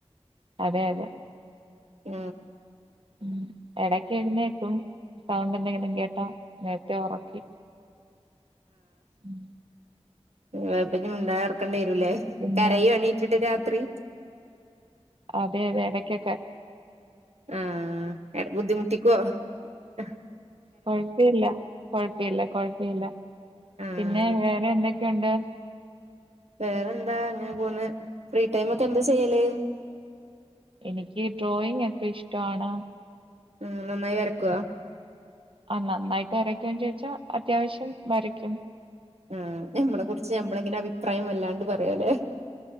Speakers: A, on the right; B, on the right.
A: അതെ അതെ.
B: ആ.
A: ഉം എടക്ക് എഴ്ന്നേക്കും. സൗണ്ട് എന്തെങ്കിലും കേട്ടാ നേരത്തെ ഒറക്കി. ഉം.
B: <unintelligible> ല്ലേ
A: പിന്നെ
B: കരയോ എണീറ്റിട്ട് രാ ത്രീ
A: അതെ അതെ എടക്കൊക്കെ
B: ആ എട് ബുദ്ധിമുട്ടിക്കോ? അഹ്
A: കുഴപ്പില്ല കുഴപ്പില്ല കൊഴിപ്പില്ല,
B: ആഹ്
A: പിന്നെ വേറെ എ ഉണ്ട്.
B: വേറന്താ അങ്ങനെ പോവുന്ന് ഫ്രീ ടൈമൊക്കെ എന്ത ചെയ്യല്
A: എനിക്ക് ഡ്രോയിംഗ് ഒക്കെ ഇഷ്ട്ടവാണ്.
B: ഉം നന്നായി വരക്കുവോ?
A: ആഹ് നന്നായിട്ട് വരക്കുവോന്ന് ചോദിച്ചാ അത്യാവശ്യം വരക്കും.
B: ആഹ് ഞമ്മളെ കുറിച്ച് ഞമ്മളിങ്ങനെ അഭിപ്രായം പ്രായം വല്ലാണ്ട് പറയോ ല്ലേ